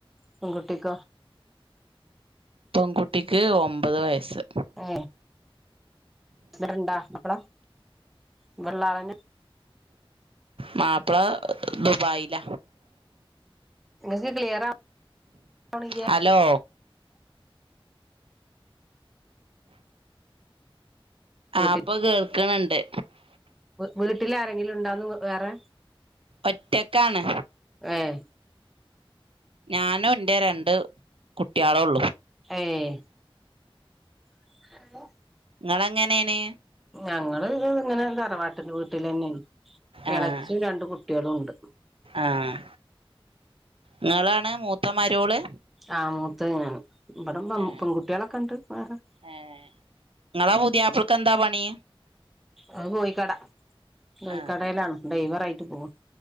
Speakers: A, in the centre; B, on the right (about 70°).
A: പെൺകുട്ടിക്കോ
B: പെൺകുട്ടിക്ക് ഒമ്പത് വയസ്സ്
A: ഏ ഇവിടെ ഉണ്ട മാപ്പള ഇവിടെ ഉള്ള ആൾനെ
B: മാപ്പിള ദുബായില
A: ഇങ്ങൾ ക് കിയർ ആകുന്നില്യ
B: ഹലോ
A: വീട്ടിൽ
B: ആപ്പൊ കേൾക്കണണ്ട്
A: വീട്ടിൽ ആരെങ്കിലും ഉണ്ടാ വേറെ
B: ഒറ്റക്കാണ്
A: ഏഹ്
B: ഞാനും എന്റെ രണ്ട് കുട്ടികളേ ഉള്ളു
A: ഏഹ് <unintelligible>
B: ഇങ്ങള് എങ്ങനെ ആണ്
A: ഞങ്ങള് ഇത് ഇങ്ങനെ തറവാട്ടിന്റെ വീട്ടിൽന്നെയാണ്
B: ആഹ്
A: ഇളച്ചി രണ്ട് കുട്ടികളുംണ്ട്
B: ആഹ് ഇങ്ങളാണ് മൂത്തമാരോള്
A: ആ മൂത്താണ് ഇവിടെ
B: ആഹ്
A: പെൺകുട്ടികളൊക്കെ ഉണ്ട് വേറെ
B: ഏഹ് നിങ്ങളാ പുതിയ പിള്ളക് എന്താ പണി
A: അത് കോഴിക്കട കോഴിക്കടയിലാണ്
B: ആഹ്
A: ഡ്രൈവറ ആയിട്ട് പോവും